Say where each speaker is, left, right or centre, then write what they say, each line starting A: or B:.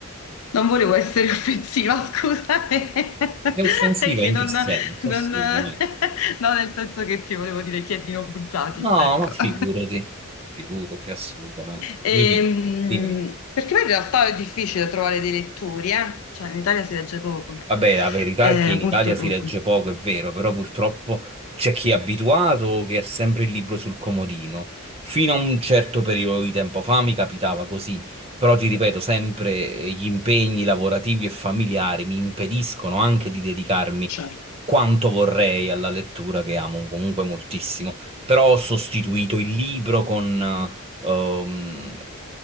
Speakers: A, on the left (about 75°); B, on the right (about 25°).
A: Non volevo essere offensiva, scusami, <laughs> è
B: È offensiva
A: che
B: in
A: non,
B: che senso?
A: non-
B: Assolutamente.
A: <laughs> no, nel senso che ti volevo dire chiedino buzzati,
B: No,
A: ecco.
B: ma figurati,
A: <laughs>
B: figurati, assolutamente.
A: Ehm,
B: Mi dica, dimmi.
A: perché poi in realtà è difficile trovare dei lettori, eh? Cioè in Italia si legge poco,
B: Vabbè, la verità
A: Eh,
B: è che in Italia
A: molto poco.
B: si legge poco, è vero, però purtroppo c'è chi è abituato che ha sempre il libro sul comodino. Fino a un certo periodo di tempo fa mi capitava così, però ti ripeto, sempre eh, gli impegni lavorativi e familiari mi impediscono anche di dedicarmi
A: Certo.
B: quanto vorrei alla lettura che amo comunque moltissimo, però ho sostituito il libro con... eh, ehm,